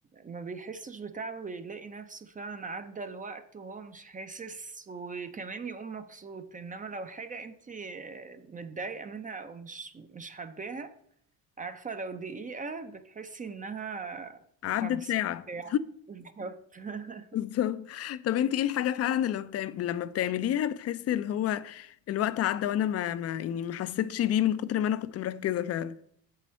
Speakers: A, on the right (about 20°); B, on the left (about 45°).
A: ما بيحسش بتعب ويلاقي نفسه فعلا عدى الوقت وهو مش حاسس وكمان يقوم مبسوط إنما لو حاجة انتي آه، متضايقة منها أو مش مش حباها عارفة لو دقيقة بتحسي إنها
B: عدت
A: خمسين
B: ساعه
A: ساعة بالظبط
B: <laughs> بالظبط
A: <laughs>
B: طب انت ايه الحاجه فعلا اللي لما بتعم... لما بتعمليها بتحسي اللي هو الوقت عدى وانا ما, ما يعني ما حسيتش بيه من كتر ما انا كنت مركزه فعلا